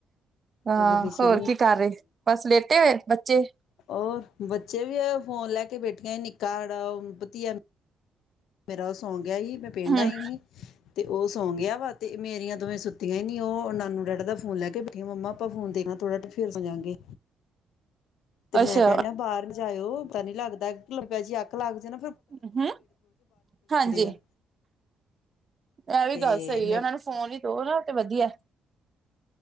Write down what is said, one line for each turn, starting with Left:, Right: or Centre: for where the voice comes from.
Right: ਹਾਂ
Left: ਅੱਗੇ ਪਿੱਛੇ
Right: ਹੋਰ ਕੀ ਕਰ ਰਹੇ ਬਸ ਲੇਟੇ ਹੋਏ ਬੱਚੇ
Left: ਹੋਰ ਬੱਚੇ ਵੀ ਫੋਨ ਲੈ ਕੇ ਬੇਠੇ ਠੀਆਂ ਨਿੱਕਾੜਾ ਵਤੀਆ ਮੇਰਾ ਸੌਗ ਗਿਆ ਸੀ ਮੈਂ ਪਿੰਡ
Right: ਹਮ
Left: ਆਈ ਸੀ ਤੇ ਉਹ ਸੌਂ ਗਿਆ ਵਾ ਤੇ ਮੇਰੀਆਂ ਦੋਵੇਂ ਸੁੱ ਤਂ ਹੀ ਨਹੀਂ ਉਹ ਨੂੰ ਰਿੜਦਾ ਫੋਨ ਲੈ ਕੇ ਮਮਾ ਆਪਾਂ ਫੋਨ ਦੇਖਣਾ ਥੋੜਾ ਫਿਰ ਸਜਾਗੇ ਤੇ ਮੈਂ
Right: ਅੱਛਾ
Left: ਕਹਿਣਿਆ ਬਾਹਰ ਜਾਇਓ ਪਤਾ ਨੀ ਲੱਗਦਾਬ ਜੀ ਅੱਖ ਲੱਗ ਜਾਣਾ
Right: ਹਮ ਹਾਂਜੀ
Left: ਆ
Right: ਇਹ ਵੀ
Left: ਤੇ
Right: ਗੱਲ ਸਹੀ
Left: ਮੈਂ
Right: ਆ ਉਹਨਾਂ ਨੂੰ ਫੋਨ ਹੀ ਦੋ ਨਾ ਤੇ ਵਧੀਆ